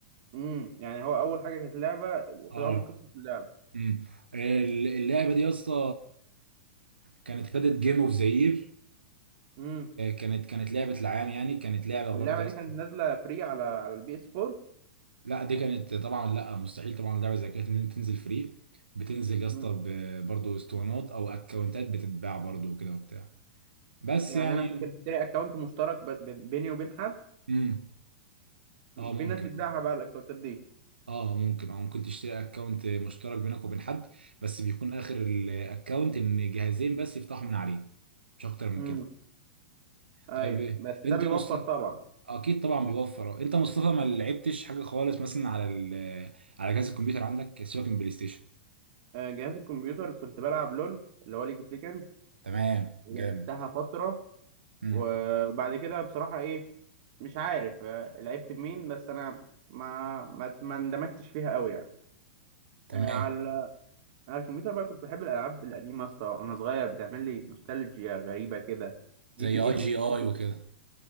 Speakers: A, on the right; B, on the right.
A: امم يعني هو أول حاجة كانت لعبة وخدوها
B: اه
A: من قصة اللعبة
B: امم ال- اللعبه دي يا اسطى كانت خدت جيم اوف ذا يير
A: امم
B: كانت كانت لعبه العام يعني كانت لعبه
A: واللعبة
B: برضه يا
A: دي
B: اسطى
A: كانت نازلة فري على على البي اس 4
B: لا دي كانت طبعا لا مستحيل طبعا لعبه زي كده تن- تنزل فري بتنزل يا اسطى
A: امم
B: ب- برضه اسطوانات او اكونتات بتتباع برضه وكده وبتاع بس
A: يعني
B: يعني
A: أنا ممكن أشتري أكونت مشترك ب- بيني وبين حد
B: امم اه ممكن
A: في ناس بتبيعها
B: آه.
A: بقى الاكونتات دي
B: اه ممكن اه ممكن تشتري اكونت مشترك بينك وبين حد بس بيكون اخر الاكونت ان جهازين بس يفتحوا من عليه مش اكتر من
A: امم
B: كده
A: ايوه
B: طيب
A: بس ده
B: انت
A: بيوفر
B: يا مصطفى
A: طبعا
B: اكيد طبعا بيوفر اه. انت يا مصطفى ما لعبتش حاجه خالص مثلا على ال... على جهاز الكمبيوتر عندك سيبك من بلاي ستيشن
A: آه، جهاز الكمبيوتر كنت بلعب لول اللي هو ليج اوف ليجندز
B: تمام
A: لعبتها
B: جامد
A: فتره
B: امم
A: وبعد كده بصراحه ايه مش عارف آه، لعبت مين بس انا ما ما ما اندمجتش فيها قوي يعني
B: تمام
A: آه، على على الكمبيوتر بقى كنت بحب الالعاب القديمه يا اسطى وانا صغير بتعمل لي نوستالجيا غريبه كده جي
B: زي
A: تي اي
B: اي جي اي وكده